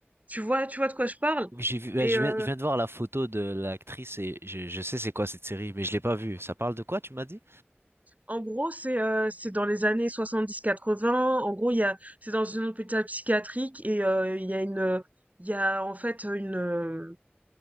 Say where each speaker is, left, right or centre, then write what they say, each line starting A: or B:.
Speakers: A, on the right; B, on the right.
A: tu vois, tu vois de quoi je parle?
B: J'ai vu, ouais,
A: Et
B: je
A: euh,
B: viens, je viens de voir la photo de l'actrice et je, je sais c'est quoi cette série, mais je l'ai pas vue. Ça parle de quoi, tu m'as dit?
A: en gros, c'est euh, c'est dans les années soixante-dix quatre-vingts. En gros, il y a, c'est dans un hôpital psychiatrique et euh, il y a une, il y a en fait une